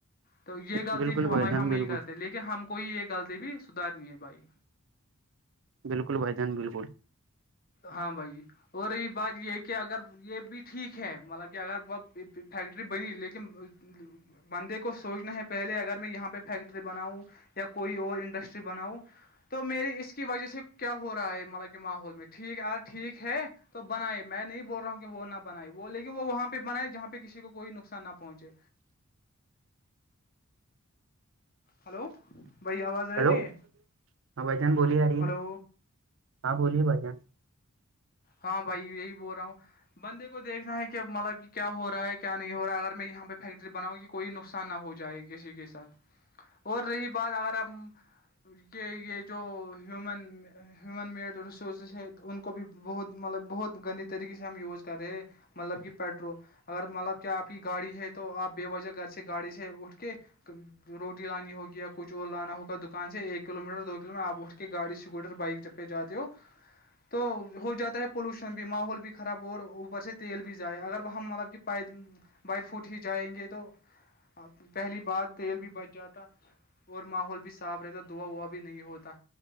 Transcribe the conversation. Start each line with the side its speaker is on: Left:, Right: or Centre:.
Left: تو یہ غلطی
Right: بالکل
Left: ہمیں
Right: بھائی جان
Left: ہم
Right: بالکل
Left: یہ کرتے لیکن ہم کوئی یہ غلطی بھی سدارنی ہے بھائی
Right: بالکل بھائی جان بالکل
Left: ہاں بھائی ہو رہی بات یہ ہے کہ اگر یہ بھی ٹھیک ہے مطلب کہ اگر ب فیکٹری بنی لیکن بندے کو سوچنا ہے پہلے اگر میں یہاں پہ فیکٹری بناؤں یا کوئی اور انڈسٹری بناؤ تو میری اس کی وجہ سے کیا ہو رہا ہے مطلب کہ ماحول میں ٹھیک یار ٹھیک ہے تو بنائے میں نہیں بول رہا ہوں کہ وہ نہ بنائے وہ لیکن وہاں پہ بائے جہاں پہ کسی کوئی نقصان نہ پہنچے ہلو بھائی آواز آ
Right: ہلو
Left: تی ہے
Right: ہاں بھائی جان بولیے آ رہی ہے
Left: ہلو
Right: نا ہاں بولیے بھائی جان
Left: ہاں بھائی یہی بول رہا ہوں بندے کو دیکھنا ہے کہ مطلب کیا ہو رہا ہے کیا نہیں ہو رہا ہے اگر میں یہاں پہ فیکٹری بناؤ کی کوئی نقصان نہ ہو جائے کسی کے ساتھ اور رہی بات اگر آپ یہ یہ جو ہیومن ہیومن میڈ ریسورسز ہے ان کو بھی بہت مطلب بہت گندی طریقے سے ہم یوز کر رہے ہیں مطلب کہ پیٹرول اگر مطلب کہ آپ کی گاڑی ہے تو آپ بے وجہ گھر سے گاڑی سے اٹھ کے روٹی لانی ہوگ یا کچھ اور لانا ہوگاکان سے ایک کلو میٹر دو کلو میٹر آپ اٹھ کے گاڑیکوٹر بائک جب پہ جاتے ہو تو ہو جاتا ہے پولوشن بھی ماحول بھی خراب اور اوپر سے تیل بھی جائے اگر ہم مطلب کہ پیدل بائی فوٹ ہی جائیں گے تو پہلی بار تیل بھی بچ جاتا اور ماحول بھی صاف رہتا دوا ووا بھی نہیں ہوتا